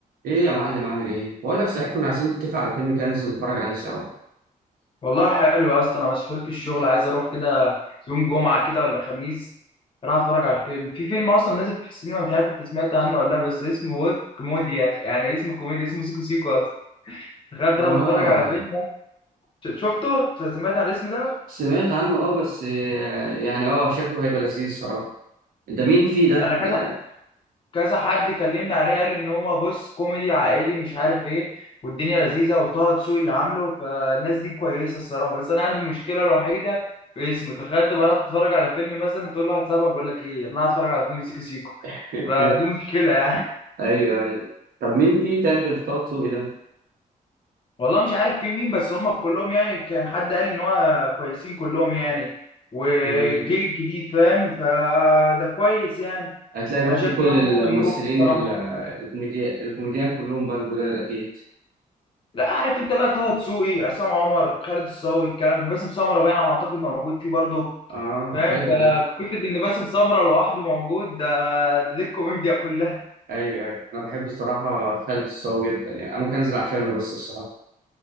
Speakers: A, on the right; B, on the left.
A: ايه يا معلم عامل ايه؟ بقول لك صحيح كنا عايزين نتفق على فيلم كده ننزل نتفرج عليه سوا.
B: والله حلو يا اسطى انا مسحول في الشغل عايز اروح كده يوم جمعه كده ولا خميس اروح اتفرج على الفيلم في فيلم اصلا نازل في السينما مش عارف انت سمعت عنه ولا لا بس اسمه وسط كوميديا يعني اسمه كوميديا اسمه سيكو سيكو اصلا تخيل تروح
A: اه
B: تتفرج على فيلم ش- شفته سمعت عن الاسم ده
A: سمعت عنه اه بس آه، يعني اه شكله هيبقى لذيذ الصراحة. ده مين فيه ده؟
B: انا
A: ده
B: كذا كذا حد كلمني عليه قال لي ان هو بص كوميدي عائلي مش عارف ايه والدنيا لذيذه وطه دسوقي اللي عامله فالناس دي كويسه الصراحه بس انا عندي مشكله الوحيده في اسمه تخيل تبقى رايح تتفرج على فيلم مثلا تقول له واحد صاحبك بقول لك ايه انا هتفرج على فيلم سيكو سيكو
A: <laughs>
B: فدي مشكله يعني
A: ايوه ايوه طب مين فيه تاني غير طه دسوقي ده؟
B: <laughs> والله مش عارف في مين بس هم كلهم يعني كان حد قال ان هو كويسين كلهم يعني وجيل
A: مم.
B: جديد فاهم فده كويس يعني
A: هتلاقي بقى
B: انا شايف
A: فيه كل
B: ان هو
A: الممثلين
B: ممكن نروح الصراحه
A: ال- الكوميديا الكوميديان كلهم بقى الجداد اكيد.
B: لا عارف انت بقى طه دسوقي عصام عمر خالد الصاوي الكلام باسم سمره بقى انا اعتقد موجود فيه برضه
A: اه
B: فاهم
A: حلو
B: ففكره
A: ده.
B: ان باسم سمره لوحده موجود ده ده دي الكوميديا كلها
A: ايوه ايوه انا بحب الصراحة خالد الصاوي جدا يعني انا ممكن انزل عشانه بس الصراحة.